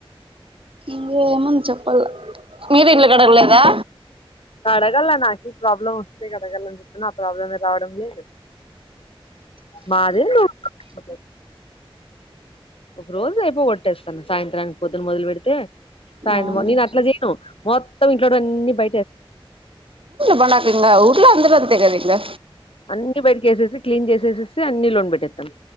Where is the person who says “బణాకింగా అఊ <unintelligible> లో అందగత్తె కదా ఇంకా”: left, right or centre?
Right